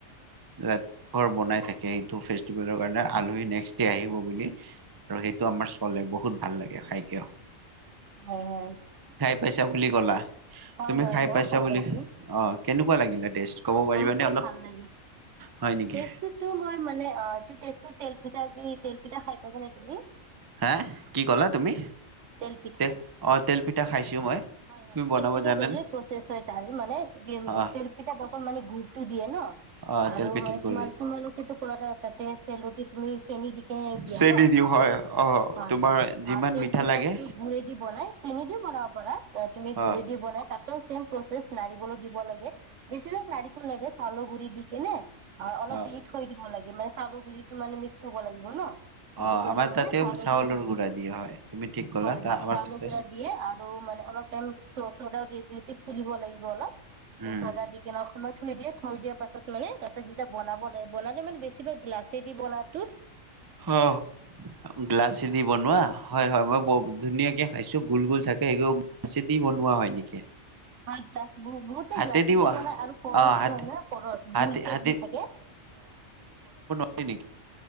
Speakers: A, on the right (about 25°); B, on the right (about 65°).
A: ৰাৰ বনাই থাকে সটো ফেিভেলৰ কাৰ আল নেক্ আহ বুলি। আৰু সেইটো আমাৰ চলে বহুত ভাল লাগে খাইকিয়।
B: হয় হয়
A: পাইছা বুলি ক'লা
B: হয়
A: তুমি
B: হয় মইও
A: পাইছা
B: খাই
A: বুলি
B: পাইছোঁ
A: অ কেনেকুৱা লাগিলে টেষ্ট ক'ব পাৰিবানে
B: হয়
A: অলপ
B: হয়
A: হয় নেকি
B: তেজ টো কি মানে তেজ টো তিল পিঠা যি তিল পিঠা খাই পাইছানে তুমি?
A: হে কি ক'লা তুমি?
B: তেলপিঠা
A: তেল অ তেলপিঠা খাইছো মই
B: হয় হয়
A: তুমি বনাব
B: তেলপিঠা
A: জানানে
B: দৰি প্ৰচেছ হয় তাৰ মানে
A: অ
B: তেলপিঠা অকণ মানে গুৰুত্ব দিয়ে ন?
A: অ
B: আৰু
A: তেলপিঠাৰ
B: মানে
A: গুৰি
B: তোমাৰ তোমালোকেতো খোল তাতে চেলটি তুমি চেনি দিকে দিয়া
A: চেনি
B: ন
A: দিওঁ হয় অ',
B: হয়
A: তোমাৰ
B: হয়
A: যিমান
B: আৰু তেল
A: মিঠা
B: পিঠা
A: লাগে
B: ত গুৰি দি বনাই চেনি দি বনাব পৰা তুমি
A: অ',
B: গুৰি দি বনাই তাত একম চেম প্ৰচেছ নাৰিকলো দিব লাগে বেছিভাগ নাৰিকল নাইদিয়ে চাউৰ গুৰি দি কেনে আৰু অলপ
A: অ'।
B: দে থৈ দিব লাগে। মানে চাউলৰ গুড়িতো মানে মিক্স হ'ব লাগিব ন?
A: অ,
B: সেইটো কাৰণে
A: আমাৰ
B: মানে
A: তাতেও চাউলৰ
B: গুৰি
A: গুড়া দিয়া হয়, তুমি ঠিক ক'লা
B: হয়,
A: তা
B: হয়
A: আমাৰ
B: চাউলল
A: তাতে
B: গুড়া দিয়ে। আৰু মানে অলপ টাইম চ, চডাও দিয় যিহেতু ফুলিব লাগিব অলপ।
A: উম।
B: তাৰ চদা দি কিনে অকমান থৈ দিয়ে। থৈ দিয়া পাছত মানে তাৰ পাছত যেতিয়া বনাব লাগে। বনালে মানে বেছিভাগ গ্লাচে দি বনাটো
A: অ, গ্লাছে দি বনোৱা? হয়, হয় মই বহুত ধুনীয়াকে খাইছো গোল, গোল থাকে, সেইবিলাক গ্লাছে দি বনোৱা হয় নেকি?
B: <unintelligible> বহুতে
A: হাতেদি
B: গ্লাছে দিয়ে
A: ব-
B: বনাই আৰু কৰচ
A: অ',
B: যি
A: হাতে
B: হয় ন কৰচ
A: হাতে
B: গোল কে
A: হাতে
B: যি থাকে।
A: হয় নেকি?